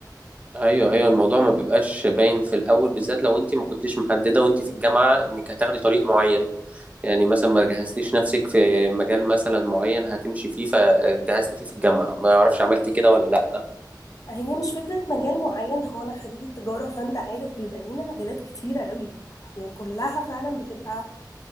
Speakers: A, on the right; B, on the left.
A: ايوه ايوه الموضوع ما بيبقاش باين في الاول بالذات لو انت ما كنتيش محدده وانت في الجامعه انك هتاخدي طريق معين يعني مثلا ما جهزتيش نفسك في مجال مثلا معين هتمشي فيه فجهزتي فيه في الجامعه ما اعرفش عملتي كده ولا لا
B: هي مش فكره مجال معين هو انا خريجه تجاره فانت عارف بيبقى لينا مجالات كتيره قوي وكلها فعلا بتبقى